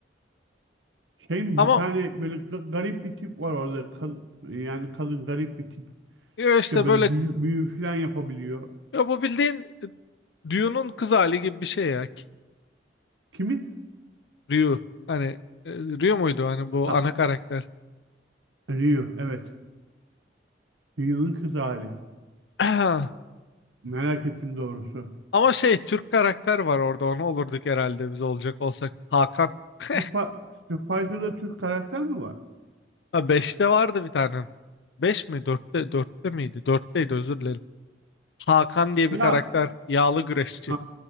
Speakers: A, on the right; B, on the left.
A: Şey mi,
B: ama
A: bir tane böyle ga- garip bir tip var orada. Kad- yani kadın garip bir tip.
B: ya işte
A: İşte böyle
B: böyle
A: büyü, büyü falan yapabiliyor.
B: ya bu bildiğin Ryu'nun kız hali gibi bir şey ya
A: Kimi?
B: Ryu hani eee, Ryu muydu hani bu
A: Ha,
B: ana karakter
A: Rio. Evet. Rio'nun kız hali.
B: <clears throat>
A: Merak ettim doğrusu.
B: ama şey Türk karakter var orada onu olurduk herhalde biz olacak olsak Hakan <laughs>
A: Street Fi- Street Fighter'da Türk karakter mi var?
B: Ha, 5'te vardı bir tane 5 mi dörtte dörtte miydi dörtteydi özür dilerim Hakan diye
A: Ya
B: bir karakter. Yağlı güreşçi.
A: ha,